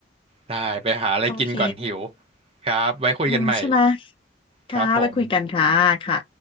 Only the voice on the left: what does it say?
โอเค
โอ้ใช่ไหมค่ะไว้คุยกันค่ะค่ะ